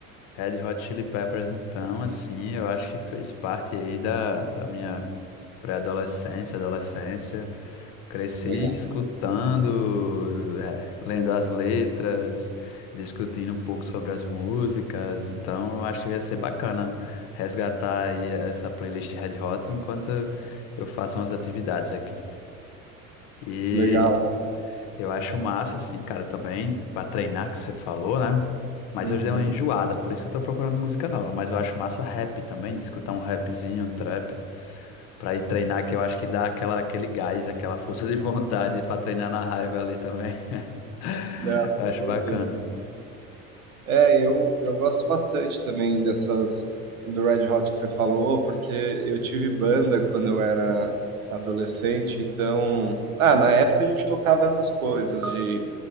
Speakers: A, on the left; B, on the right.
A: Red Hot Chili Peppers, então, assim, eu acho que fez parte aí da, da minha pré-adolescência, adolescência. Cresci
B: legal,
A: escutando, é, lendo as letras, discutindo um pouco sobre as músicas, então eu acho que ia ser bacana resgatar aí essa playlist Red Hot enquanto eu faço umas atividades aqui. E
B: legal.
A: eu acho massa, assim, cara, também, para treinar que você falou, né? Mas
B: Uhum.
A: eu já dei uma enjoada, por isso que eu tô procurando música nova, mas eu acho massa rap também, escutar um rapzinho, um trap. Pra ir treinar, que eu acho que dá aquela, aquele gás, aquela força de vontade pra treinar na raiva ali também. <laughs>
B: Não,
A: Eu
B: com
A: acho bacana.
B: certeza. É, eu, eu gosto bastante também dessas do Red Hot que você falou, porque eu tive banda quando eu era adolescente, então, ah, na época a gente tocava essas coisas de